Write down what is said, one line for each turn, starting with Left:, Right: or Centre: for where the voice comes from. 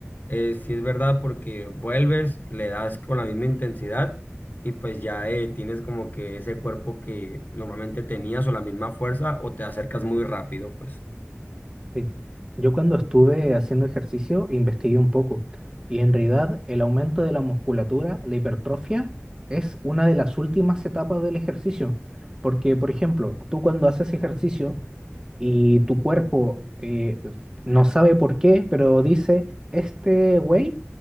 Left: eh, sí es verdad porque vuelves, le das con la misma intensidad y pues ya eh, tienes como que ese cuerpo que normalmente tenías o la misma fuerza o te acercas muy rápido, pues.
Right: Sí. Yo cuando estuve haciendo ejercicio investigué un poco y en realidad el aumento de la musculatura, la hipertrofia, es una de las últimas etapas del ejercicio. Porque, por ejemplo, tú cuando haces ejercicio y tu cuerpo eh, no sabe por qué, pero dice, este güey